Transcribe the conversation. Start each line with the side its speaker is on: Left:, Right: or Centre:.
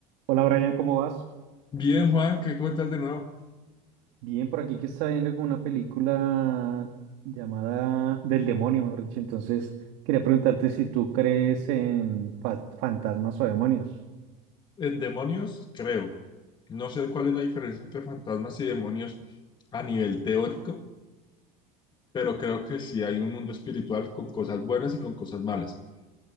Right: Hola Brian, ¿cómo vas?
Left: Bien, Juan, ¿qué cuentas de nuevo?
Right: Bien, por aquí que está viendo como una película llamada Del Demonio, mejor dicho. Entonces, quería preguntarte si tú crees en fa- fantasmas o demonios.
Left: En demonios, creo. No sé cuál es la diferencia entre fantasmas y demonios a nivel teórico, pero creo que sí hay un mundo espiritual con cosas buenas y con cosas malas.